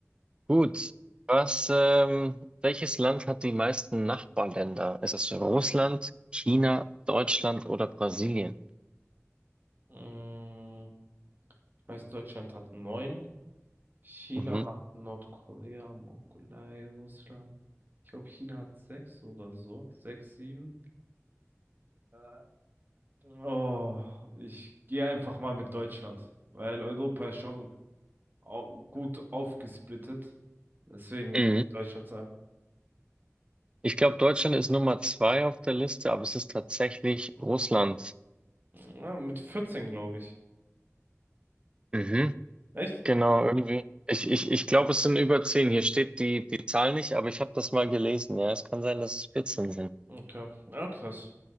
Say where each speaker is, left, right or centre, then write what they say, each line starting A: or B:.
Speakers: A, on the right (about 20°); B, on the right (about 40°).
A: Gut, was, ähm, welches Land hat die meisten Nachbarländer? Ist es Russland, China, Deutschland oder Brasilien?
B: Mm, Ich weiß, Deutschland hat neun. China
A: Mhm.
B: hat Nordkorea, Mongolei, Russland. Ich glaube, China hat sechs oder so. Sechs, sieben. Äh, Oh, ich gehe einfach mal mit Deutschland, weil Europa ist schon au- gut aufgesplittet. Deswegen
A: Mhm.
B: würde ich Deutschland sagen.
A: Ich glaube, Deutschland ist Nummer zwei auf der Liste, aber es ist tatsächlich Russland.
B: Ja, mit 14, glaube ich.
A: Mhm.
B: Echt?
A: Genau, irgendwie. Ich, ich, ich glaube, es sind über zehn. Hier steht die, die Zahl nicht, aber ich habe das mal gelesen. Ja, es kann sein, dass es vierzehn sind.
B: Okay. Ja, krass.